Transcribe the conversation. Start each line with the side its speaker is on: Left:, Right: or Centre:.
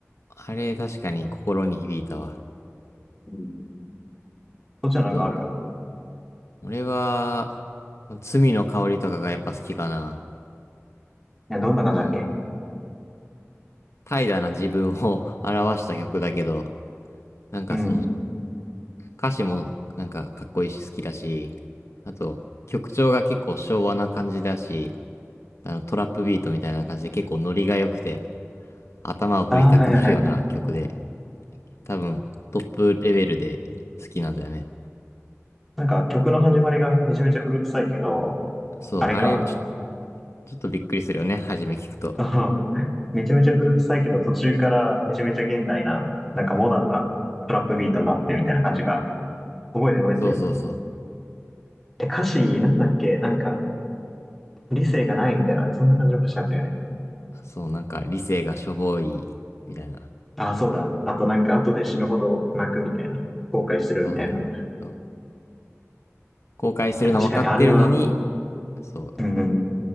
Left: あれ、確かに心に響いたわ。
Centre: うん。そっちはなんかある。
Left: そう。俺は、罪の香りとかがやっぱ好きかな。
Centre: いや、どんな感じだっけ
Left: この、怠惰な自分を <laughs> 表した曲だけど、なんかその、
Centre: うん。
Left: 歌詞もなんかかっこいいし好きだし、あと、曲調が結構昭和な感じだし、あの、トラップビートみたいな感じで結構ノリが良くて、頭を振りたくなるような曲で、
Centre: ああ、はいはいはい。
Left: 多分トップレベルで好きなんだよね。
Centre: なんか曲の始まりがめちゃめちゃ古臭いけど、
Left: そう、
Centre: あれか。
Left: あれちょ、ちょっとびっくりするよね、初め聞くと。
Centre: うん <laughs> めちゃめちゃ古臭いけど、途中からめちゃめちゃ現代な、なんかモダンなトラップビートになってみたいな感じか。覚えてる覚えてる。
Left: そうそうそう。
Centre: で、歌詞なんだっけなんか、理性がないみたいな、そんな感じの歌詞だったよね。
Left: そう、なんか理性がしょぼい、みたいな。
Centre: ああ、そうだ。あとなんか、後で死ぬほど泣くみたいな。後悔するみたいな。
Left: そうだね。そう。後悔するの分かってるのに、
Centre: 確かに、あれは、
Left: そう、
Centre: うん、